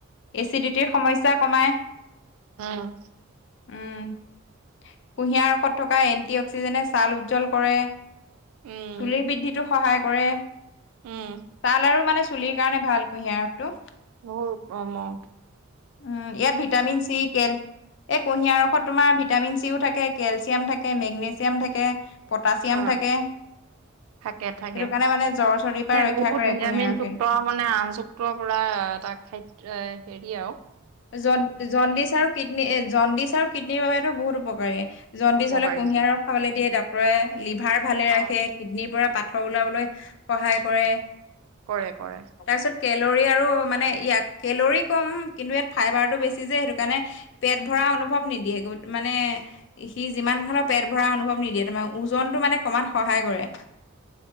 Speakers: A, on the left; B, on the right.
A: এচিডিটিৰ সমস্যা কমাই।
B: অঁ।
A: উম, কুঁহিয়াৰ ৰসত থকা এণ্টি অক্সিজেনে ছাল উজ্জ্বল কৰে।
B: উম
A: চুলিৰ বৃদ্ধিটো সহায় কৰে,
B: উম।
A: তাৰ- মানে চুলিৰ কাৰণে ভাল কুঁহিয়াৰ ৰসটো।
B: বহুত উত্তম অঁ।
A: উম ইয়াত ভিটামিন চি কেল- এই কুঁহিয়াৰ ৰসত তোমাৰ ভিটামিন চিও থাকে কেলছিয়াম থাকে মেগনেছিয়াম থাকে। পটাছিয়াম
B: অ
A: থাকে।
B: থাকে
A: সেইটো
B: থাকে।
A: কাৰণে মানে জ্বৰ চৰ্দিৰ
B: মানে
A: পৰা ৰক্ষা
B: বহুত
A: কৰে
B: ভিটামিন
A: কুঁহিয়াৰ ৰসে
B: যুক্ত মানে আন যু পৰা এটা খাদ্য এ হেৰী আও-
A: জন জণ্ডিছ আৰু কিডনী এ জণ্ডিছ আৰু কিডনীৰ বাবেটো বহুত উপকাৰি। জণ্ডিছ
B: উপকাৰী
A: হ'লে কুঁহিয়াৰ ৰস খাবলে দিয়ে। ডক্ত- ক্তৰে লিভাৰ ভালে
B: অ
A: ৰাখে কিডনীৰ পৰা পাথৰ ওলাবলৈ- সহায় কৰে।
B: কৰে কৰে
A: তাৰপিছত কেলৰি আৰু মানে ইয়াক কেলৰি কম কিন্তু ইয়াত ফাইবাৰটো বেছি যে সেইটো কাৰণে পেট- ভৰা অনুভৱ নিদিয়ে, গ মানে- সি যিমান খালো পেট ভৰা অনুভৱ নিদিয়ে, তোমাৰ ওজনটো মানে কমাত সহায় কৰে।